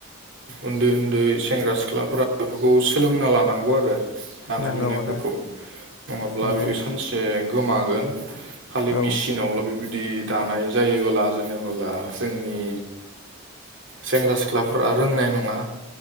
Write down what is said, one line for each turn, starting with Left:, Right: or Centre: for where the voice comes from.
Right: उन्दै उन्दै सेंग्रा सिख्लाफोरा बेफोरखौ सोलोंना लानांगौ आरो दानाय
Left: नंगौ
Right: लुनायफोरखौ
Left: आदा
Right: नङाब्ला
Left: नंगौ
Right: बियो सानसे गोमागोन खालि
Left: औ
Right: मेचिनावल' बेबायदि दानाय जायोबोला जेनेबोला जोंनि सेंग्रा सिख्लाफोरा रोंनाय नङा